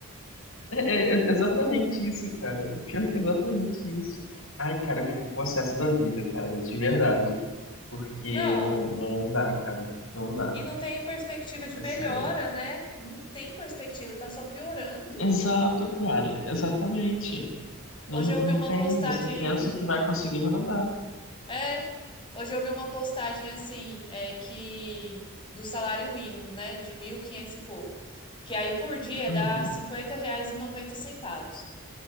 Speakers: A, on the left; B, on the left.
A: é, é exatamente isso, cara. O Pior é que é exatamente isso. Ai, cara,
B: É.
A: eu fico possesso da vida, cara, de verdade. Porque
B: Não,
A: não, não, não dá, cara. Não dá.
B: e não tem perspectiva de
A: É
B: melhora,
A: sério.
B: né? Não tem perspectiva, tá só piorando.
A: Exato, cara. Exatamente. Não,
B: Hoje
A: não
B: eu
A: não
B: vi uma
A: tem.
B: postagem.
A: Você pensa que vai conseguir, mas não dá.
B: É, hoje eu vi uma postagem assim, é que. Do salário mínimo, né? De 1.500 e quinhentos e pouco. Que aí por dia
A: Uhum,
B: dá cinquenta reais e noventa centavos,